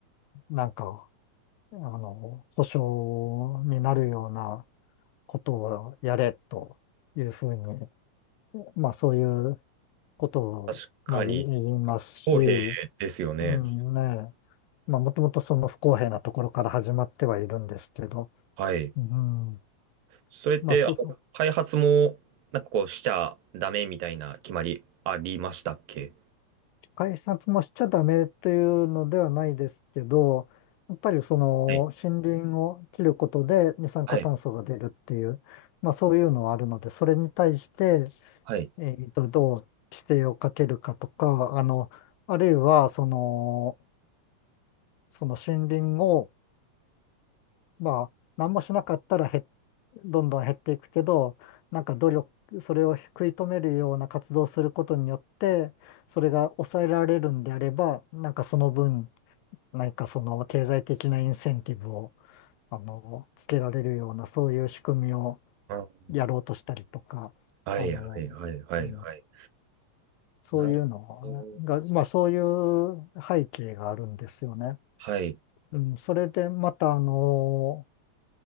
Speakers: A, on the left (about 90°); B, on the right (about 80°).
A: なんか、あの、保障になるようなことをやれというふうにまあそういうことを、
B: 確かに
A: まあ、言いますし、
B: 公平ですよね。
A: うんね、まあもともとその不公平なところから始まってはいるんですけど、
B: はい。
A: うん、
B: それって、
A: まあそう、
B: あの開発も、なんかこう、しちゃダメみたいな決まりありましたっけ
A: 改札もしちゃダメというのではないですけど、やっぱりその森林を切ることで二酸化炭素が出るっていう、
B: はい。はい。
A: まあそういうのはあるので、それに対して、
B: はい。
A: えーと、どう規制をかけるかとか、あの、あるいはその、その森林をまあ、何もしなかったらへどんどん減っていくけど、なんか努力、それを食い止めるような活動をすることによって、それが抑えられるんであれば、なんかその分、何かその経済的なインセンティブを、あの、つけられるような、そういう仕組みを
B: あ
A: やろうとしたりとか、
B: はい。
A: あの、
B: はい。はい。はい。
A: うん、
B: はい
A: そういうのが、
B: なるほど。
A: まあそういう背景があるんですよね。
B: はい。
A: うん、それでまた、あの、